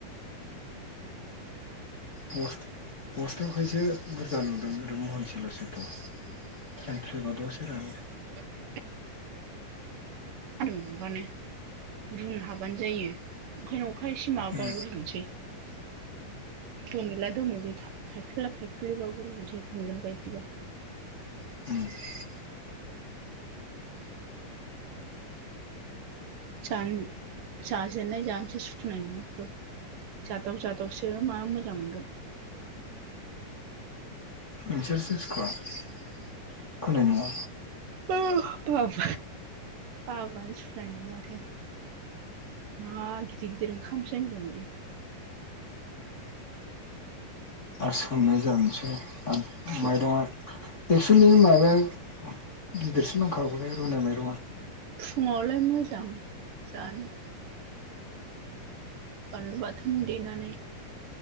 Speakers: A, on the left; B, on the right.
A: बस बस्टआवखायसो बुरजा नुदों आरो महनसेल'सोथ' थ्राय थ्राय बा दसेनो रानो
B: <inaudible> मोनबानो रुनो हाबानो जायो ओंखायनो अखा एसे माबाबाबो
A: उम
B: रुनोसै <inaudible> दोमिला दोमिलि था-थाइफ्रिला थाइफ्रिलिबाबो रुनोसै दुंगोन बायदिबा
A: <inaudible>
B: <inaudible> जा जाजेनन्नाय जानोसो सुखुनाय नङा जादाव जादावसो मा मोजां मोनगोन।
A: नोंसोरसो सुखुवा सुखुनाय नङा।
B: औ बाब बाबुआनो सुनाय नङा माथो। मा गिदिर गिदिर ओंखामसो होनगोन बियो।
A: आरो सोमनाय जानोसै आरो
B: बियो
A: माइरंआ। एक्सुलि माबाया गिदिरसिन नांखागौलाय रुनाय माइरंआ।
B: फुङावलाय मोजां जानो। बानलु बाथोन देनानै।